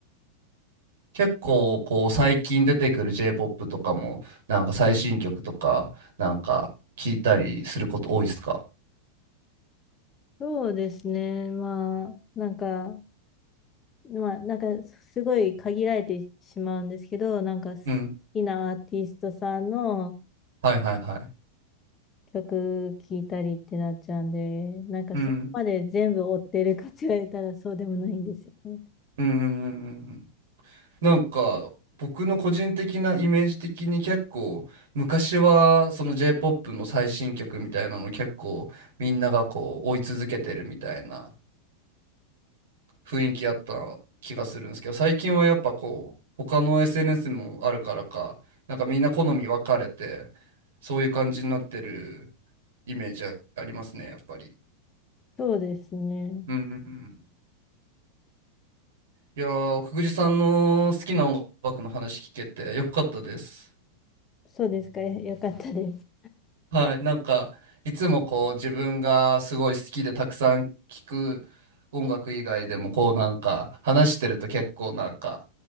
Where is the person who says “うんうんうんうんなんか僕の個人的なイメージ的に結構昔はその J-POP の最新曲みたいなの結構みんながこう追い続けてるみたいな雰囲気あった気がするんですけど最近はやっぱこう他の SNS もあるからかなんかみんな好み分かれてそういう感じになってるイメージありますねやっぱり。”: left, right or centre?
Right